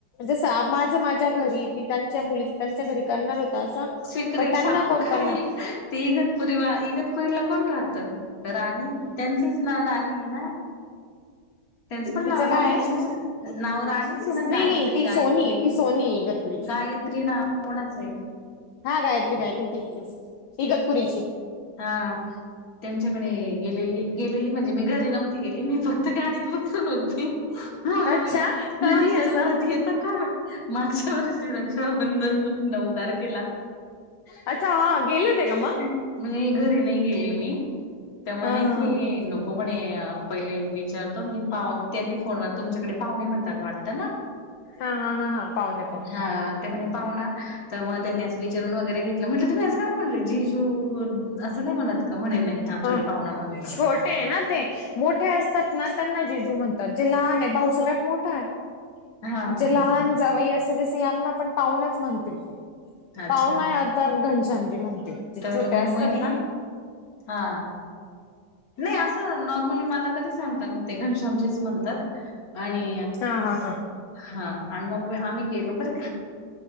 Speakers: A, on the left; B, on the left.
A: जस माझ माझ्या घरी ती त्यांच्या मुली त्यांच्या घरी करणार हो
B: सिक्रेट
A: पण त्यांना
B: सांगू
A: कोण
B: काय
A: करणार.
B: ते इगतपुरी वा इगतपुरीला कोण राहतं? राणी त्यांचच नाव राणी आहे. ना! त्यांचं पण
A: तिच
B: नाव
A: काय
B: राणीच
A: हे.
B: आहे ना
A: नाही
B: नाव राणीच आहे ना गायत्री
A: नाही ती
B: गायत्री
A: सोनी ती सोनी ईगपरीची
B: गायत्री नाव कोणाचं आहे
A: हा गायत्री, गायत्री तीच तीच इगतपुरीची
B: हा त्यांच्याकडे गेलेली गेलेली म्हणजे मी घरी नव्हती गेली मी फक्त गाडीत बसून होती मला
A: अच्छा
B: म्हणे
A: कधी
B: माझ्यासोबत
A: असं?
B: येता का मागच्या वर्षी रक्षाबंधनला नवदार केला
A: अच्छा हा गेले होते का मग
B: मी नाही घरी नाही गेले मी तर म्हणे
A: हा हा
B: की
A: हा.
B: नको हो म्हणे पहिले विचारतो मी पाह त्यांनी फोनवर तुमच्याकडे पाहुणे म्हणतात वाटतं ना
A: हा हा हा हा पाहुणे पाहुणे
B: हा ते म्हणे पाहुना तर मग त्यांनीं असं विचारून वगैरे घेतलं म्हटलं तुम्हीं असं का म्हणले जीजू असं नाही म्हणत का म्हणे नाही आमच्याकडे
A: हा
B: पाहुणा म्हणतात
A: छोटे
B: ना
A: आहे ना ते मोठे असतात त्यांना जीजू म्हणतात. जे लहान आहे भाऊ सगळ्यात मोठा आहे
B: हा हा
A: जे लहान जावई अस जस यांना पण पावणाच म्हणतील
B: अच्छा
A: पाहुणा तर घनश्यामजी म्हणतील जे
B: तर
A: छोटे
B: मग
A: असतात
B: म्हणे
A: ना
B: हा नाही असं नॉर्मली मला तरी सांगतात ते घनशामजीच म्हणतात आणि
A: हा हा हा
B: हा आणि मग आम्ही गेलो बर का